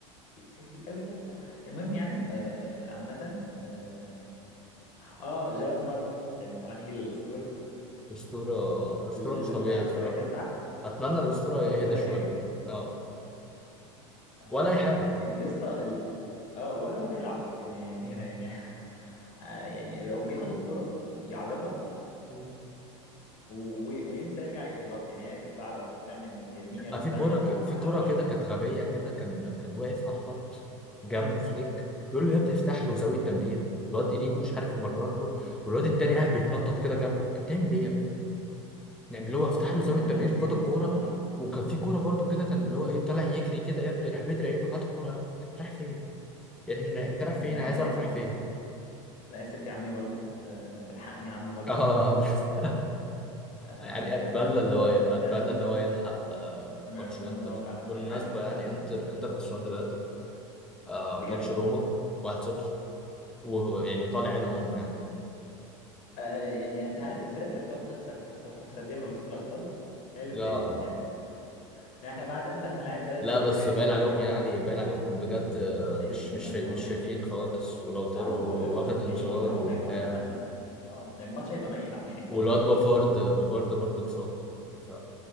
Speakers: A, on the left; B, in the centre.
A: سيء سيء قوي يا اسطى المهم يعني آه عامه اه, آه جيرارد مارتن يعني تعالى نيجي للاسطوره
B: الأسطورة الأسطورة
A: اللي
B: مش طبيعي
A: ما بيعرفش
B: بصراحة
A: ولا يدافع
B: اتمنى الاسطوره
A: ولا
B: يهدى شويه
A: يهاجم
B: اه
A: آه
B: ولا اي حاجه
A: يا اسطى اه ولا ولا يلعب يعني يعني
B: مم.
A: يعني <laughs> آه، يعني لو بياخد الكرة يعرضها
B: مم.
A: و- وينسى يرجع يغطي يعني هي تعرض تتقطع منه يعني مين يغطي
B: آه، في كوره
A: عليه ما
B: ك...
A: ما
B: في
A: حدش
B: كوره كده
A: يغطي
B: كانت
A: عليه
B: غبيه كده كان كان واقف على الخط جنبه فليك بيقول له يا ابني افتح له زاويه تمرير الواد انيجو مش عارف يمرر له والواد التاني قاعد بيتنطط كده جنبه انت بتعمل ايه يا ابني؟ يعني اللي هو افتح له زاويه
A: انا
B: تمرير
A: يعني
B: خد الكوره
A: اه
B: وكان في كوره برضو كده كان اللي هو ايه طالع يجري كده يا ابني راح بدري قايل له هات الكوره يا ابني انت رايح فين؟ يعني انت رايح
A: انا
B: فين؟ عايز
A: انا
B: اعرف
A: اسف
B: رايح فين؟
A: انا اسف يا عمي بلدي آه الحقني يا عم بلدي
B: اه <laughs>
A: آه
B: يعني
A: يعني
B: اتمنى
A: انا انا
B: اللي هو
A: انا
B: اتمنى
A: انا متأسف
B: اللي هو يلحق آه،
A: انا
B: ماتش
A: اتمنى
B: انتر
A: ان هو فعلا
B: بالمناسبه
A: يلحق انت
B: يعني
A: يعني
B: انتر انتر خسران دلوقتي آه،
A: بجد
B: ماتش روما 1-0 ويعني وطالع عين امه يعني
A: آه يعني انت عارف الفرق اللي بتقعد تخسر تخسر تخسر دي من ماتشات الابطال هي اللي
B: لا
A: بتقلق يعني يعني احنا بعد انتر هنلاعب بلد
B: لا
A: الوليد
B: بس
A: العشرين
B: باين عليهم
A: على الدوري
B: يعني باين عليهم بجد آه،
A: مش شايفين
B: مش
A: قدامه
B: مش شايف- مش
A: آه.
B: شايفين خالص ولو طاروا
A: اه هو الارهاق
B: واخد
A: يعني
B: انذار
A: هو الارهاق
B: وبتاع
A: هيوقعنا احنا ال- يعني اه يعني الماتش هيبقى ميت عم يعني احنا
B: والواد
A: الاثنين
B: بافارد
A: مش
B: بافارد برضه اتصاب ف